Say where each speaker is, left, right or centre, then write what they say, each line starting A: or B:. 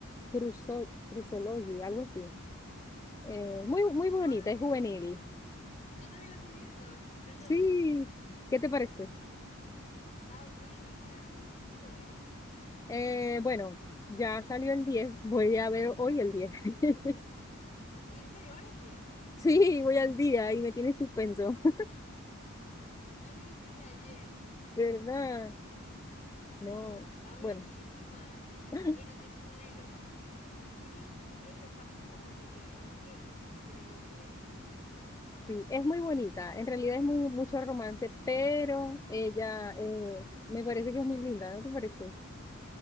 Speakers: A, on the left (about 15°); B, on the left (about 35°).
A: Cruzo- Crisology, algo así. Eh, muy, muy bonita,
B: Ay,
A: es juvenil.
B: Yo también la estoy viendo, Criminology.
A: Sí, ¿qué te parece?
B: Está buena. ¿Por qué capítulo hay?
A: Eh, bueno, ya salió el 10. voy a ver hoy el 10. <laughs>
B: ¿En serio? ¿Hoy al día?
A: Sí, voy al día y me tiene en suspenso, <laughs>
B: Yo no he visto el de ayer.
A: ¿verdad?
B: No,
A: No,
B: está buenísima.
A: bueno, <laughs>
B: Ey, no te imaginas lo mucho que yo sufrí en los capítulos anteriores. Es que es que increíble.
A: sí, es muy bonita. En realidad es muy, mucho romance, pero ella eh, me parece que es muy linda, ¿no te parece?